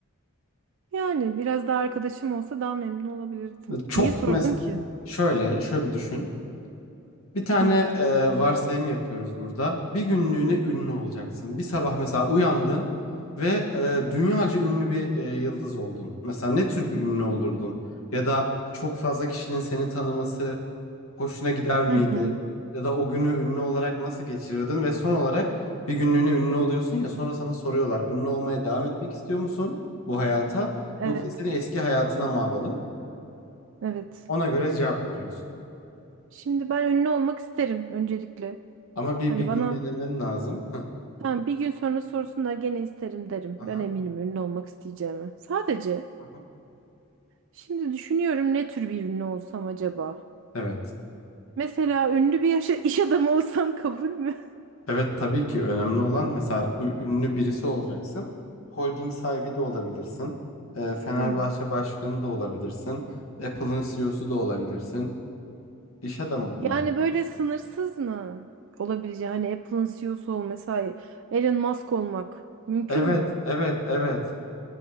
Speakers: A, on the right; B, on the left.
A: Yani biraz daha arkadaşım olsa daha memnun olabilirdim.
B: E, Çok
A: Niye sordun
B: mesela
A: ki?
B: şöyle şöyle bir düşün. Bir tane
A: Hı.
B: e, varsayım yapıyoruz burada. Bir günlüğüne ünlü olacaksın. Bir sabah mesela uyandın ve e, dünyaca ünlü bir e, yıldız oldun. Mesela ne tür bir ünlü olurdun? Ya da çok fazla kişinin seni tanıması Hoşuna gider miydi?
A: Hı hı.
B: Ya da o günü ünlü olarak nasıl geçirirdin? Ve son olarak bir günlüğüne ünlü oluyorsun ya sonra sana soruyorlar. Ünlü olmaya devam etmek istiyor musun bu hayata?
A: Evet.
B: Yoksa seni eski hayatına mı alalım?
A: Evet.
B: Ona göre cevap veriyorsun.
A: Şimdi ben ünlü olmak isterim öncelikle.
B: Ama bir
A: Hani
B: bir gün
A: bana
B: denemen lazım. Heh,
A: tamam bir gün sonra sorsunlar gene isterim derim.
B: Aha.
A: Ben eminim ünlü olmak isteyeceğimi. Sadece
B: aha.
A: şimdi düşünüyorum ne tür bir ünlü olsam acaba?
B: Evet.
A: Mesela ünlü bir yaşa- iş adamı olsam kabul mü?
B: Evet tabii ki önemli olan mesela ü- ünlü birisi olacaksın. Holding sahibi de olabilirsin. Ee, Fenerbahçe
A: Hmm.
B: başkanı da olabilirsin. Apple'ın CEO'su da olabilirsin. İş adamı bunlar.
A: Yani böyle sınırsız mı olabileceği hani Apple'ın CEO'su ol mesela Elon Musk olmak mümkün
B: Evet,
A: mü?
B: evet, evet.